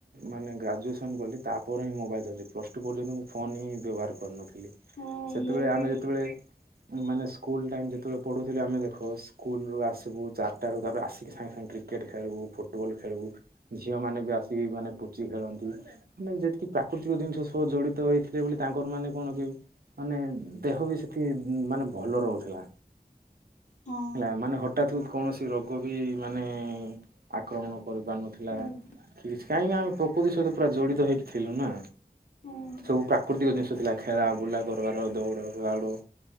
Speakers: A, on the right (about 70°); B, on the left (about 50°).
A: ମାନେ ଗ୍ରାଜୁଏସନ୍ କଲି ତାପରେ ହିଁ ମୋବାଇଲ୍ ଧରଛି ପ୍ଲସ୍ ଟୁ ପର୍ଯ୍ୟନ୍ତ ମୁଁ ଫୋନ୍ ହିଁ ବ୍ୟବହାର କରିନଥିଲି।
B: ହଁ
A: ସେତେବେଳେ
B: ମୁଁ ବି
A: ଆମେ ଯେତେବେଳେ ମାନେ ସ୍କୁଲ ଟାଇମ ଯେତେବେଳେ ପଢୁଥିଲି ଆମେ ଦେଖ ସ୍କୁଲ ରୁ ଆସିବୁ ଚାରିଟାରୁ ତାରେ ଆସିକି ସାଙ୍ଗେ ସାଙ୍ଗେ କ୍ରିକେଟ ଖେଳୁ ଫୁଟବଲ ଖେଳିବୁ ଝିଅ ମାନ ଆସିକି ମାନେ ପୋଚି ଖେଳନ୍ତି ମାନେ ଯେତିକି ପ୍ରାକୃତିକ ଜିନିଷ ସହ ଜଡିତ ହେଇଥିଲେ ବୋଲି ତାଙ୍କର ମାନେ କଣ କି ମାନେ ଦେହ ବି ସେଠି ମାନେ ଭଲ ରହୁଥିଲା।
B: ହଁ।
A: ହେଲେ ଏମାନେ ହ ହଠାତ କୌଣସି ରୋଗ ବି ମାନେ ଆକ୍ରମଣ କରି ପାରିନଥିଲା।
B: ଶୁଣୁ
A: କିଛି କାହିଁକିନା ଆମେ ପ୍ରକୃତି ସହିତ ପୁରା ଜଡିତ ହେଇକି ଥିଲୁ ନା
B: ହଁ
A: ସବୁ ପ୍ରାକୃତିକ ଜିନିଷ ଥିଲା ଖେଳା ବୁଲା କରିବାର ଦୌଡ଼ ଫାଡ